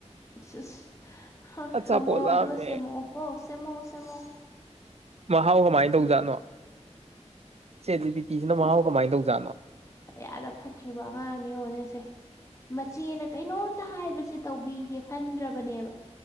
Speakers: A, on the left; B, on the right.
A: ꯏꯁ ꯍꯥ
B: ꯑꯆꯥꯄꯣꯠ
A: ꯍꯪꯉꯣꯑꯣ
B: ꯂꯥꯝꯃꯦ
A: ꯑꯗꯨꯒ ꯁꯦꯝꯃꯛꯑꯣ ꯀꯣ ꯁꯦꯝꯃꯛꯑꯣ ꯁꯦꯝꯃꯛꯑꯣ꯫
B: ꯃꯍꯥꯎ ꯀꯃꯥꯏꯅ ꯇꯧꯖꯥꯠꯅꯣ ꯆꯦꯠ ꯖꯤ ꯄꯤ ꯇꯤꯖꯤꯅ
A: ꯀꯌꯥ
B: ꯃꯍꯥꯎ ꯀꯃꯥꯏꯅ ꯇꯧꯖꯥꯠꯅꯣ꯫
A: ꯀꯌꯥꯗ ꯐꯠꯇ꯭ꯔꯤꯕ ꯑꯉꯥꯡꯅꯣ ꯌꯦꯡꯉꯨꯅꯦ ꯁꯦ꯫ ꯃꯆꯦꯅ ꯀꯩꯅꯣꯝꯇ ꯍꯥꯏꯕꯁꯦ ꯇꯧꯕꯤꯒꯦ ꯈꯟꯗ꯭ꯔꯕꯅꯦꯕ꯫